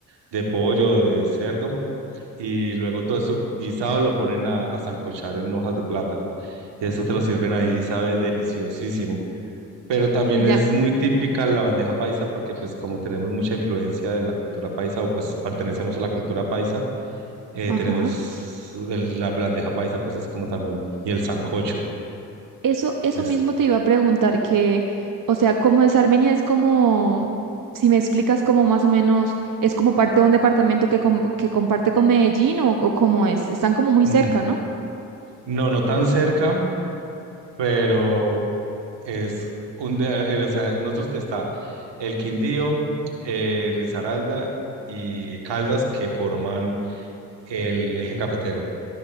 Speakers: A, on the right; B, on the right.
A: de pollo, de cerdo, y luego todo eso guisado lo ponen a, a sancochar en hojas de plátano. Y eso te lo sirven ahí, sabe, deliciosísimo. Pero también
B: Ya.
A: es muy típica la bandeja paisa porque pues como tenemos mucha influencia de la cultura paisa o pues pertenecemos a la cultura paisa, eh,
B: Ajá.
A: tenemos el- la bandeja paisa pues es como también, y el sancocho.
B: Eso, eso
A: Es,
B: mismo te iba a preguntar que, o sea, cómo es Armenia? Es como, si me explicas como más o menos, es como parte de un departamento que, com- que comparte con Medellín o, o cómo es. Están como muy
A: mm,
B: cerca, ¿no?
A: no, no tan cerca, pero es un de, eh, o sea, nosotros está el Quindío, eh, Risaralda y Caldas que forman el eje cafetero.